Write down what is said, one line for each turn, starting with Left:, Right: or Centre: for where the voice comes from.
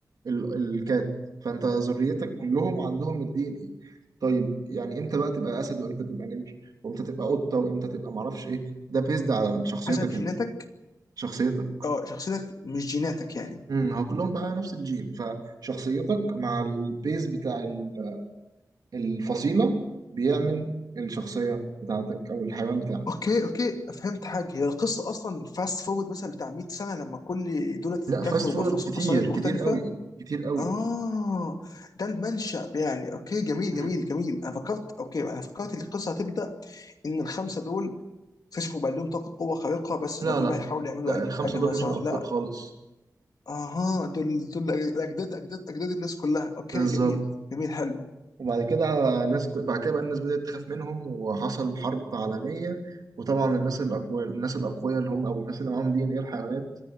Right: ال- الكات فانت ذريتك كلهم عندهم الدي ان ايه طيب يعني امتى بقى تبقى اسد وامتى تبقى نمر وامتى تبقى قطه وامتى تبقى معرفش ايه ده بيزد على شخصيتك
Left: حسب جيناتك
Right: انت شخصيتك
Left: اه شخصيتك مش جيناتك يعني
Right: امم هو كلهم بقى نفس الجين فشخصيتك مع البيز بتاع ال- الفصيلة بيعمل الشخصية بتاعتك أو الحيوان بتاعك
Left: اوكي اوكي فهمت حاجه هي القصه اصلا فاست فورورد مثلا بتاع 100 سنه لما كل دول اتكاثروا
Right: لا فاست فورورد
Left: بفصائل
Right: كتير
Left: مختلفه
Right: كتير قوي كتير قوي
Left: آه ده المنشأ يعني أوكي جميل
Right: مم.
Left: جميل جميل أنا فكرت أوكي أنا فكرت إن القصة هتبدأ إن الخمسة دول اكتشفوا بقى لهم طاقة قوة خارقة بس
Right: لا
Left: وبعدين
Right: لا
Left: بقى يحاولوا يعملوا
Right: لا
Left: أي
Right: الخمسة
Left: حاجة
Right: دول
Left: بقى سواء
Right: مش الأبطال
Left: لا
Right: خالص
Left: أها دول دول أجداد أجداد أجداد الناس كلها أوكي
Right: بالظبط
Left: جميل جميل حلو
Right: وبعد كده الناس بعد كده بقى الناس بدأت تخاف منهم وحصل حرب عالمية وطبعا الناس الأقوياء الناس الأقوياء اللي هم أو الناس اللي معاهم دي إن إيه الحيوانات